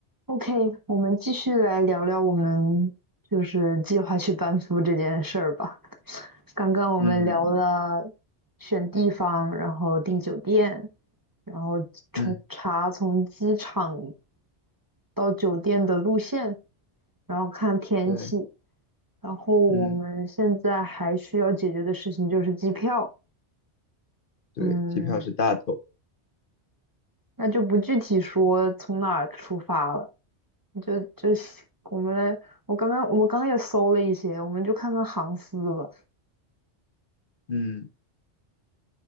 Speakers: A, on the right (about 20°); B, on the left (about 55°).
A: OK，我们继续来聊聊我们就是计划去班夫这件事儿吧。刚刚我们聊了
B: 嗯嗯
A: 选地方，然后订酒店，然后从查从机场
B: 嗯，嗯
A: 到酒店的路线，然后看天气，
B: 对，
A: 然后我们现在还需要解决的事情就是机票。
B: 嗯对，
A: 嗯，
B: 机票是大头。
A: 那就不具体说从哪儿出发了。就就是我们来，我刚刚我们刚刚也搜了一些，我们就看看航司吧。
B: 嗯，